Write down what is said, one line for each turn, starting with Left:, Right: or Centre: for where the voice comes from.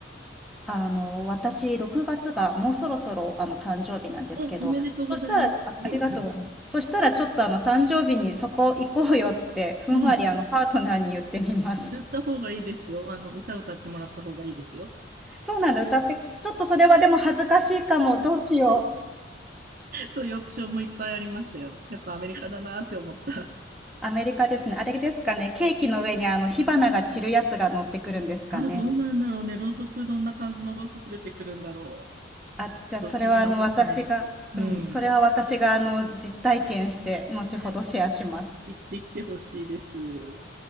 Centre: あの、私6月がつがもうそろそろ、あの、誕生日なんですけど、
Right: お、おめでとうございます。
Centre: そしたらあ、
Right: <laughs>
Centre: ありがとうございます。そしたらちょっと、あの、誕生日にそこ行こうよって、ふんわり、
Right: うん。
Centre: あの、パートナーに言ってみます。
Right: 言った方がいいですよ。あの、歌歌ってもらった方がいいですよ。
Centre: そうなんだ、歌ってちょっとそれはでも恥ずかしいかも、どうしよう。
Right: そういうオプションもいっぱいありましたよ。やっぱアメリカだなって思った。
Centre: アメリカですね。あれですかね、ケーキの上にあの火花が散るやつが乗ってくるんですかね。
Right: あ、どうなんだろうね。ろうそく、どんな感じのろうそく出てくるんだろう。
Centre: あ、
Right: ちょっと気になりますね。
Centre: じゃあそれはあの私が、
Right: うん。
Centre: うん、それは私があの実体験して後ほどシェアします。
Right: で、行ってきてほしいです。